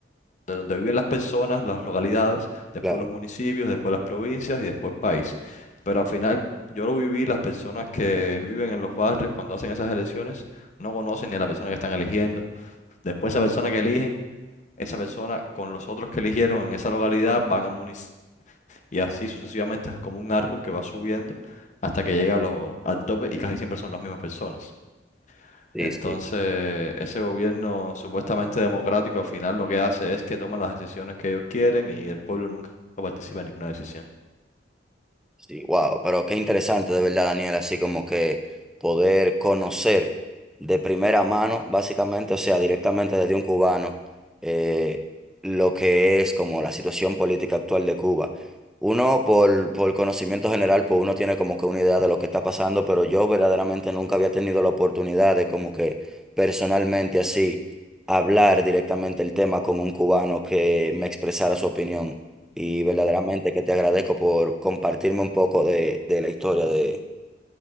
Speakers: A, on the left; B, in the centre.
A: de donde viven las personas, las localidades, después
B: claro,
A: los municipios, después las provincias y después el país. Pero al final yo lo viví, las personas que viven en los barrios cuando hacen esas elecciones no conocen ni a la persona que están eligiendo. Después esa persona que eligen, esa persona con los otros que eligieron en esa localidad van al municipio y así sucesivamente es como un árbol que va subiendo hasta que llega a lo- al tope y casi siempre son las mismas personas.
B: sí,
A: Entonces,
B: sí.
A: ese gobierno supuestamente democrático al final lo que hace es que toman las decisiones que ellos quieren y el pueblo nunca participa en ninguna decisión.
B: Sí, wow, pero qué interesante de verdad, Daniel, así como que poder conocer de primera mano, básicamente, o sea, directamente desde un cubano, eh, lo que es como la situación política actual de Cuba. Uno, por, por conocimiento general, pues uno tiene como que una idea de lo que está pasando, pero yo verdaderamente nunca había tenido la oportunidad de como que personalmente así hablar directamente el tema con un cubano que me expresara su opinión y verdaderamente que te agradezco por compartirme un poco de, de la historia de,